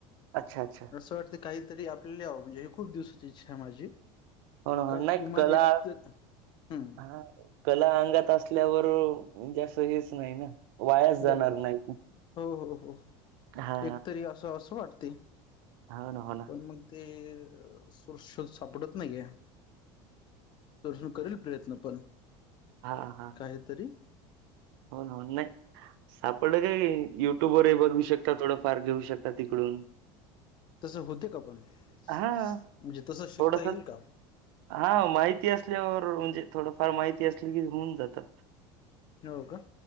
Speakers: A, on the right; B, on the left.
A: अच्छा अच्छा
B: असं वाटतं काहीतरी आपल्याला यावं म्हणजेी खूप दिवसाची इच्छा आहे माझी
A: ह हो ना
B: का
A: एक
B: किमान
A: कला
B: तर हम्म
A: हा कला अंगात असल्यावर म्हणजे असं हेच नाही ना वायाच जाणार
B: बरोबर
A: नाही
B: हो हो हो
A: हा
B: एकतरी असं असं वाटते.
A: हन हो ना.
B: पण मग ते सुोर शोध सापडत नाहीे. सोसून करेल प्रयत्न पण
A: हां हां.
B: काहीतरी
A: होन होन नाही. सापडलं काय युट्यूब वरही बघू शकता थोडं फार घेऊ शकता तिकडून
B: तसं होते का पण म्हणजे
A: हा
B: तसं शिकता
A: थोडस
B: येईल का?
A: हा माहिती असल्यावर म्हणजे थोडंफार माहिती असली की होऊन जातं.
B: हो का